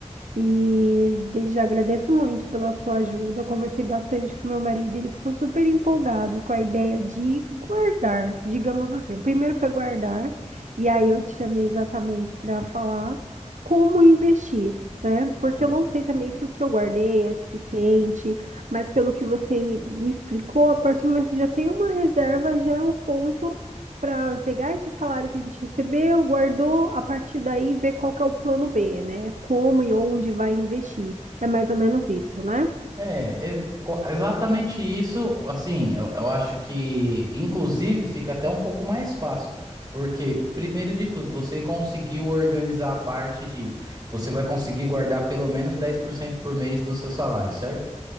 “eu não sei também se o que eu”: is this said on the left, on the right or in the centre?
Right